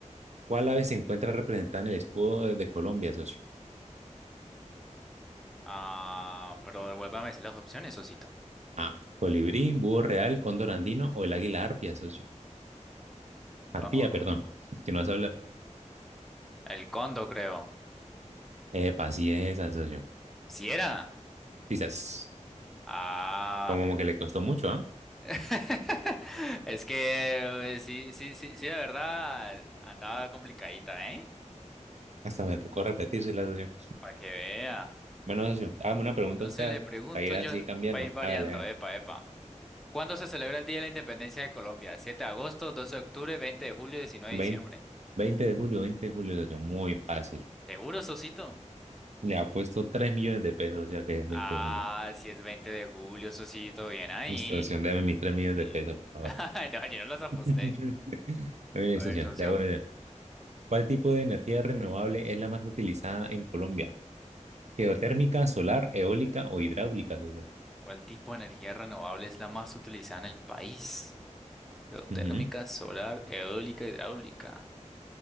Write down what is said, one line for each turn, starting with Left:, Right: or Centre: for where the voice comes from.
Right: ¿Cuál ave se encuentra representada en el escudo de, de Colombia, socio?
Centre: Ah, pero devuélvame a decir las opciones, socito.
Right: A, colibrí, búho real, cóndor andino o el águila arpía, socio. Arpía,
Centre: Ah,
Right: perdón, <laughs> que no se habla.
Centre: el condo, creo.
Right: Epa, así es, socio.
Centre: ¿Si era?
Right: Quizás,
Centre: Ah.
Right: como que le costó mucho, ¿ah?
Centre: <laughs> Es que eh, sí, sí, sí, sí, la verdad andaba complicadita, ¿eh?
Right: Hasta me tocó repetirse la socio.
Centre: Para que vea.
Right: Bueno, socio, hágame una pregunta
Centre: Entonces
Right: a usted, a
Centre: le
Right: ver,
Centre: pregunto
Right: para ir
Centre: yo,
Right: así cambiando.
Centre: para ir variando,
Right: Hágale, a ver.
Centre: epa, epa. ¿Cuándo se celebra el Día de la Independencia de Colombia? 7 de agosto, 12 de octubre, 20 de julio, 19
Right: 20,
Centre: de diciembre.
Right: 20 de julio, 20 de julio, socio, muy fácil.
Centre: ¿Seguro, Sosito?
Right: Le ha puesto 3 millones de pesos, o sea que es 20
Centre: Ah,
Right: de julio.
Centre: si es 20 de julio, Sosito. Bien ahí.
Right: Listo, socio, deme mis 3
Centre: Bien
Right: millones de pesos, por
Centre: ahí. <laughs>
Right: favor.
Centre: No, yo no los
Right: <laughs>
Centre: aposté.
Right: Oye,
Centre: A
Right: socio,
Centre: ver, socio.
Right: le voy a dar. ¿Cuál tipo de energía renovable es la más utilizada en Colombia? ¿Geotérmica, solar, eólica o hidráulica, socio?
Centre: ¿Cuál tipo de energía renovable es la más utilizada en el país? Geotérmica,
Right: Ujú.
Centre: solar, eólica, hidráulica.